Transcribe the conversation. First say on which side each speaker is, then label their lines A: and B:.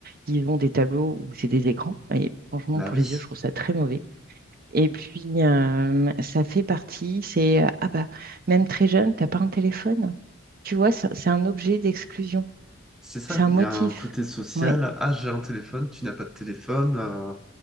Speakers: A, on the right; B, in the centre.
A: ils ont des tableaux où c'est des écrans. Et franchement,
B: La
A: pour
B: vie,
A: les yeux, je trouve ça très mauvais. Et puis, euh, ça fait partie, c'est, euh, ah bah, même très jeune, t'as pas un téléphone. Tu vois, ça- c'est un objet d'exclusion.
B: c'est ça.
A: C'est un motif.
B: Il y a un côté social.
A: Ouais.
B: Ah, j'ai un téléphone, tu n'as pas de téléphone. euh,